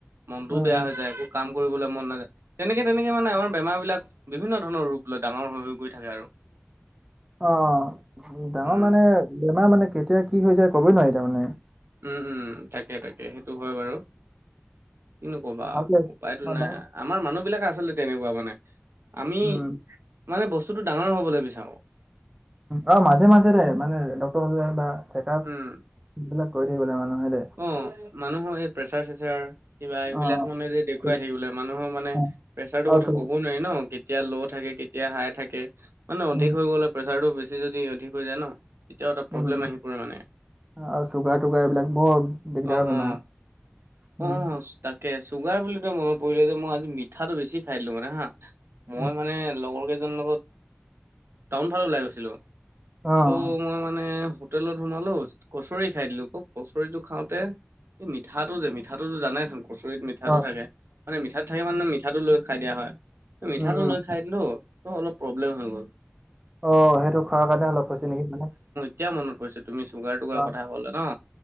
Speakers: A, on the right; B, on the right.
A: মনটোও
B: উম
A: বেয়া
B: উম
A: হৈ যায় একো কাম কৰিবলৈ মন নাযায়, তেনেকে-তেনেকে মানে আমাৰ বেমাৰ বিলাক বিভিন্ন ধৰণৰ ৰূপ লৈ ডাঙৰ হৈ-হৈ গৈ থাকে আৰু।
B: অঁ, ডাঙৰ
A: উম
B: মানে বেমাৰ মানে কেতিয়া কি হৈ যায় কবই নোৱাৰি তাৰমানে।
A: উম, উম, তাকে-তাকে সেইটো হয় বাৰু কিনো ক'বা
B: ভালকে
A: উপায়তো
B: অ
A: নাই।
B: বা
A: আমাৰ মানুহ বিলাক আচলতে তেনেকুৱা মানে আমি
B: উম
A: মানে বস্তুটো ডাঙৰ হবলৈ বিচাৰো।
B: অ, মাজে-মাজে দে মানে ডক্তৰ হলে বা চেক আপ
A: উম
B: সেইবিলাক কৰি থাকিবলে মানুহে দে।
A: অ, মানুহৰ এই প্ৰেছাৰ-থেচাৰ কিবা এইবিলাক
B: অ অ
A: মানে যে দেখুৱাই
B: ঠিক।
A: থাকিবলৈ মানুহৰ মানে
B: অ
A: প্ৰেচাৰটো
B: অ,
A: কথা
B: চব।
A: কব নোৱাৰি ন কেতিয়া ল' থাকে কেতিয়া হাই থাকে মানে
B: উম
A: অধিক হৈ গ'লে প্ৰেছাৰটো বেছি যদি অধিক হৈ যায় ন, তেতিয়াও এটা
B: উম।
A: প্ৰব্লেম আহি পৰে মানে।
B: আৰু চুগাৰ-টুগাৰ এইবিলাক বৰ দিগদাৰ
A: অ
B: বেমাৰ।
A: অ
B: উম।
A: অ তাকে চুগাৰ বুলি ত মনত পৰিলে, ত মই আজি মিঠাটো বেছি খাই দিলো মানে হা। মই
B: উম।
A: মানে লগৰ কেইজনৰ লগত টাউন ফালা ওলাই গৈছিলো।
B: অ',
A: চ' মই মানে হোটেলত সোমালো কচৰি খাই দিলো কওক। কচৰিতটো খাওঁতে এই মিঠাটো যে মিঠাটোতো জানেচোন কচৰিত মিঠাটো
B: অ',
A: থাকে, মানে মিঠাত থাকে মানেহে মিঠাটো লৈ খাই দিয়া হয়। মিঠাটো
B: উম, উম,
A: লৈ খাই দিলো ত অলপ প্ৰব্লেম হৈ গ'ল।
B: অ সেইটো খোৱাৰ কাৰণে অলপ হৈছে নেকি। মানে
A: তেতিয়া মনত পৰিছে তুমি চুগাৰ-তুগাৰ
B: অ',
A: কথা কলা ন।